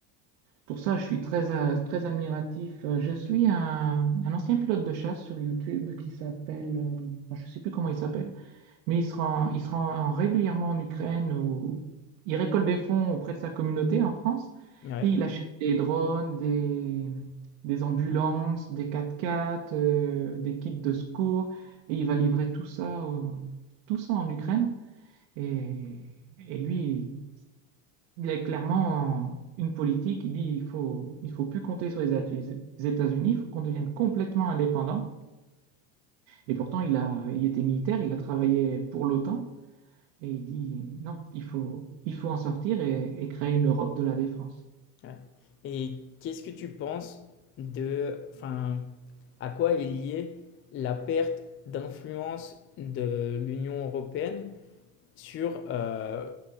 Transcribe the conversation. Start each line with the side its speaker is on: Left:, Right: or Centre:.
Right: Pour ça, je suis très, euh, très admiratif. Euh, Je suis un, un ancien pilote de chasse sur YouTube qui s'appelle, euh, bon, je ne sais plus comment il s'appelle, mais il se rend, il se rend régulièrement en Ukraine. où il récolte des fonds auprès de sa communauté en France
Left: Ouais.
Right: et il achète des drones, des, des ambulances, des 4x4, euh, des kits de secours et il va livrer tout ça, euh, tout ça en Ukraine. Et, et lui, il y a clairement une politique qui dit il faut, il faut plus compter sur les Atu- les États-Unis, il faut qu'on devienne complètement indépendant. Et pourtant, il a, il était militaire, il a travaillé pour l'OTAN et il dit non, il faut, il faut en sortir et, et créer une Europe de la défense.
Left: Ouais. Et qu'est-ce que tu penses de, enfin, à quoi est liée la perte d'influence de l'Union européenne sur euh,